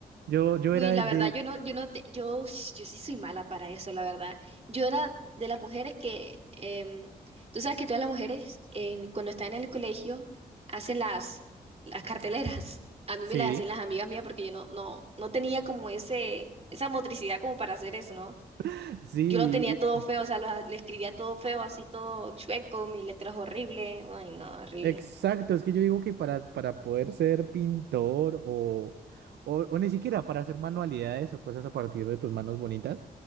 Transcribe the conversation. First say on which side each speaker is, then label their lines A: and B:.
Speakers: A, on the right; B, on the right.
A: Yo, yo
B: Uy,
A: era
B: la
A: de, de-
B: verdad, yo no, yo no te, yo, yo sí soy mala para eso, la verdad. Yo era de las mujeres que, em, tú sabes que todas las mujeres, en- cuando están en el colegio, hacen las, las carteleras. A mí
A: sí,
B: me las hacían las amigas mías porque yo no, no, no tenía como ese, esa motricidad como para hacer eso, ¿no?
A: <laughs> sí,
B: Yo lo tenía todo feo, o sea, lo- le escribía todo feo, así todo chueco, mis letras horribles, Ay, no, horrible.
A: Exacto, es que yo digo que para, para poder ser pintor o, o, o ni siquiera para hacer manualidades o cosas a partir de tus manos bonitas,